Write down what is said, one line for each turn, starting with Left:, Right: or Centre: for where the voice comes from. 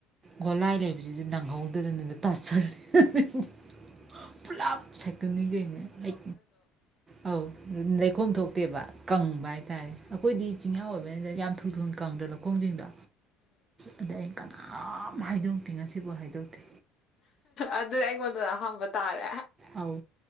Right: ꯒꯣꯂꯥꯏ ꯂꯩꯕ ꯑꯁꯤꯗꯩꯁꯤꯗ ꯅꯪꯍꯧꯗꯅꯅ ꯇꯥꯁꯜ <unintelligible> ꯄꯨꯂꯞ ꯁꯥꯏꯀꯜꯅꯦ ꯀꯩꯅꯦ ꯑꯩ ꯑꯧ ꯂꯩꯈꯣꯝ ꯊꯣꯛꯇꯦꯕ ꯀꯪꯕ ꯍꯥꯏꯇꯥꯔꯦ ꯑꯩꯈꯣꯏꯗꯤ ꯆꯤꯡꯌꯥ ꯑꯣꯏꯕꯅꯤꯅ ꯌꯥꯝ ꯊꯨꯟ ꯊꯨꯟ ꯀꯪꯗꯅ ꯈꯣꯡꯖꯤꯡꯗ ꯑꯗꯩ ꯑꯩꯅ ꯀ ꯀꯅꯥꯝ ꯍꯥꯏꯗꯣꯛꯇꯦ ꯉꯁꯤ ꯕꯧ ꯍꯥꯏꯗꯣꯛꯇꯦ
Left: ꯑꯗꯨ ꯑꯩꯉꯣꯟꯗ ꯑꯍꯥꯟꯕ ꯇꯥꯔꯦ
Right: ꯑꯧ